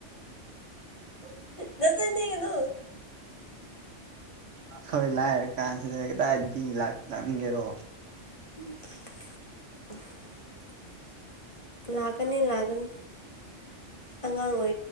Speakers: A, on the right (about 75°); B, on the left (about 25°).
A: ꯑꯗꯨꯅꯦ
B: ꯅꯆꯤꯟꯊꯤꯒꯅꯨ
A: ꯍꯣꯏ ꯂꯥꯏꯔ ꯀꯥꯟꯁꯤꯗ ꯀꯗꯥꯏ ꯅꯨꯄꯤ ꯆꯪꯒꯦꯔꯣ
B: <unintelligible> ꯂꯥꯛꯀꯅꯤ ꯂꯥꯛꯀꯅꯤ ꯑꯉꯥꯡ ꯑꯣꯏꯔꯤ